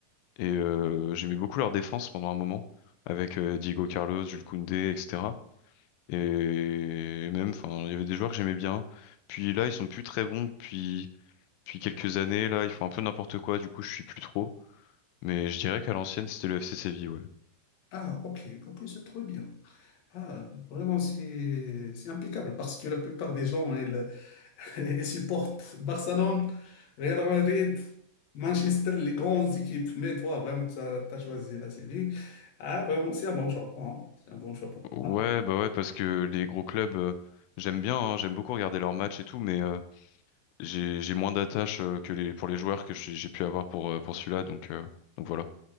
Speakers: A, on the left; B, on the left.
A: Et euh, j'aimais beaucoup leur défense pendant un moment, avec euh, Diego Carlos, Jules Koundé, etc. Et même, enfin, il y avait des joueurs que j'aimais bien. Puis là, ils sont plus très bons depuis, depuis quelques années. Là, ils font un peu n'importe quoi, du coup, je suis plus trop. Mais je dirais qu'à l'ancienne, c'était le FC Séville, ouais.
B: Ah, ok, ok, c'est trop bien. Ah, vraiment, c'est c'est impeccable parce que la plupart des gens, ils, <laughs> et supporte Barcelone, Real Madrid, Manchester, les grandes équipes. Mais toi, vraiment, tu as, choisi la Séville. Ah, vraiment, c'est un bon choix. hein. C'est un bon choix pour moi.
A: Ouais, bah ouais, parce que les gros clubs, euh, j'aime bien, hein, j'aime beaucoup regarder leurs matchs et tout, mais euh, j'ai j'ai moins d'attache euh, que les pour les joueurs que j'ai j'ai pu avoir pour euh, pour celui-là, donc euh, donc voilà.